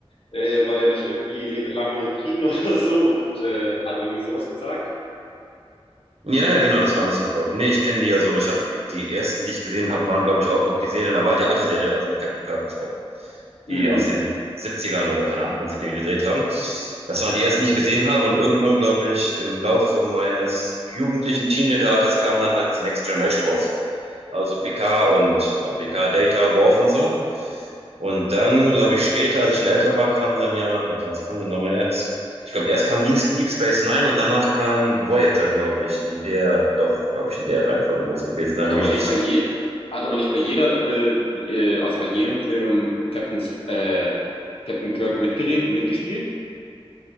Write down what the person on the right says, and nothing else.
Ja, ja, genau, das war Mister Spock. Nee, ich kenne die, also ich habe die ersten, die ich gesehen habe, waren, glaube ich, auch noch die Serien, aber halt die alte Serie, also mit Captain Kirk und Spock,
die aus den Siebzigern oder keine Ahnung, wann sie die gedreht haben. Das waren die ersten, die ich gesehen habe und irgendwann, glaube ich, im Laufe meines jugendlichen Teenager-Alters kam dann halt The Next Generation raus also PK und ja, PK Data, Worf und so. Und dann, glaube ich, später, als ich schon älter war, kam dann ja, warte, was kam dann nochmal erst? Ich glaube, erst kam Deep, Deep Space Nine und danach kam Voyager, glaube ich, in der, doch, glaube ich, in der Reihenfolge muss es gewesen sein,
wenn
ich
mich richtig.